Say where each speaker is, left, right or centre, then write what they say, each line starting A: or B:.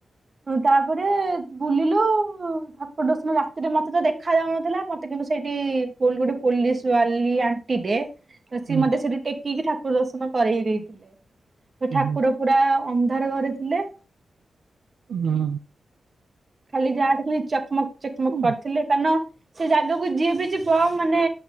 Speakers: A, on the right; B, on the right.
A: ତାପରେ ବୁଲିଲୁ ଠାକୁର ଦର୍ଶନ ରାତିରେ ମତେ ତ ଦେଖା ଯାଉନ ଥିଲା ମତେ କିନ୍ତୁ ସେଇଠି ଗୋଟେ ପୋଲ ପୋଲିସ ବାଲି ଆଣ୍ଟି ଟେ ତ ସିଏ
B: ହୁଁ
A: ମତେ ସେଠି ଟେକିକି ଠାକୁର ଦର୍ଶନ କରେଇ ଦେଇଥିଲେ ତ
B: ହୁଁ
A: ଠାକୁର ପୁରା ଅନ୍ଧାର ଘରେ ଥିଲେ।
B: ହୁଁ।
A: ଖାଲି ଯାହା ଦେଖି ଚକମକ ଚକମକ
B: ହୁଁ
A: କରିଥିଲେ କାରନ ସେ ଜାଗାକୁ ଯିଏ ବି ଯିବ ମାନେ